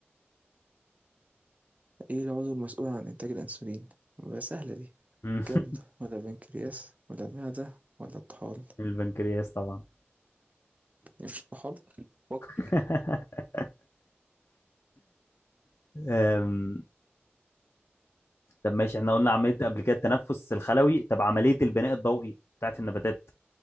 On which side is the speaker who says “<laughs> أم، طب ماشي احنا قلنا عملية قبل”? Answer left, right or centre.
Left